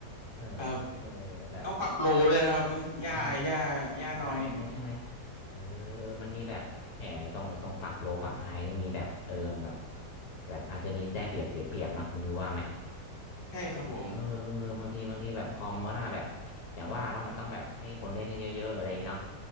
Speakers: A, on the left; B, on the left.
A: เออ
B: ครับ
A: เออแล้วแบบ
B: ต้องปรับโลเลยนะครับย่าย่าย่าน้อย
A: อ่าอ่าใช่ไหมใช่ไหมเออเออมันมีแบบแหมไอ้ตรงไอ้ตรงปรับโลปรับไฮนี่มีแบบเออแบบแบบอาจจะมีได้เปรียบเสียเปรียบเนาะคุณยูว่าไหม
B: ใช่ครับผม
A: เออเออบางทีบางทีแบบคอมก็น่าแบบอย่างว่าเนาะมันต้องแบบให้คนเล่นให้เยอะๆอะไรอย่างเงี้ยเนาะ